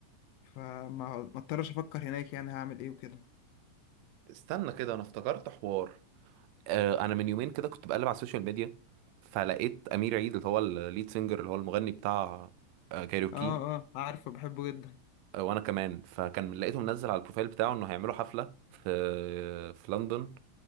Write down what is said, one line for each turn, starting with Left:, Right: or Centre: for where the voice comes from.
Left: فما ما اضطرش افكر هناك يعني هعمل ايه وكده
Right: استنى كده انا افتكرت حوار آه، انا من يومين كده كنت بقلب على السوشيال ميديا فلقيت امير عيد اللي هو الليد سينجر اللي هو المغني بتاع آه، كايروكي
Left: اه اه عارفه بحبه جدا
Right: آه، وانا كمان فكان لقيته منزل على البروفايل بتاعه انه هيعملوا حفله في في لندن